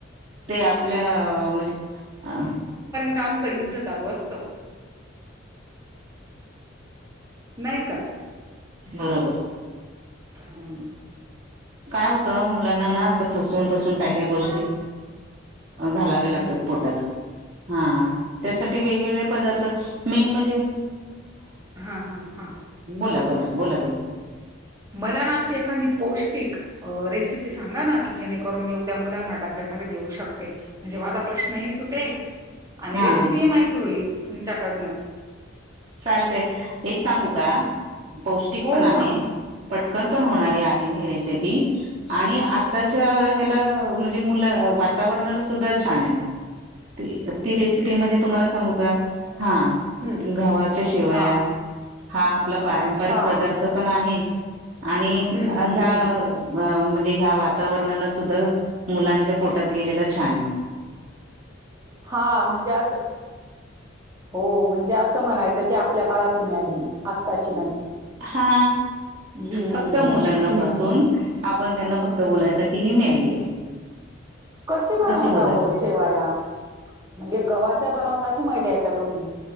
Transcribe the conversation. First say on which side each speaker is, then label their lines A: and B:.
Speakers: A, on the right; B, on the right.
A: ते आपल्या म्हणजे
B: आमच युद्ध चालू असत नाही का
A: बरोबर
B: हम्म
A: काय होतं मुलांना ना असं फसून फसून काय काय गोष्टी
B: मला
A: घालावे लागतात
B: हं, हं.
A: पोटात हा त्यासाठी वेगवेगळे पदार्थ मेन म्हणजे
B: हा हा हा
A: बोला बोला बोला ताई
B: मला ना अशी एखादी पौष्टिक रेसिपी सांगा ना की जेणेकरून मी उद्या मुलांना डब्यामध्ये देऊ शकते म्हणजे माझा प्रश्नही सुटेल आणि
A: हा
B: रेसिपी माहीत होईल तुमच्याकडनं
A: चालते एक सांगू का पौष्टिक
B: हो
A: पण आहे
B: मग?
A: पटकन पण
B: हं.
A: होणारी आहे आणि आताच्या ह्याला म्हणजे मुलं वातावरणाला सुद्धा छान आहे ती रेसिपी म्हणजे तुम्हाला सांगू का हा
B: हं.
A: गवा शिवया
B: हां.
A: हा आपला पारंपरिक
B: अच्छा.
A: पदार्थ पण आहे आणि
B: हं,
A: ह्या
B: हं, हं.
A: म्हणजे या वातावरणाला सुद्धा मुलांच्या पोटात गेलेला छान होईल
B: हा म्हणजे अस हो म्हणजे असं म्हणायचं की आपल्या काळातली मॅगी आत्ताची नाही
A: हा
B: हम्म
A: फक्त मुलांना फसून आपण त्यांना
B: हा हम्म.
A: फक्त बोलायचं की ही मॅगी आहे
B: कशी बनवता
A: असं बोलायचं
B: ओ शेवया म्हणजे गव्हाच्या बनवता कि मैद्याचा तुम्ही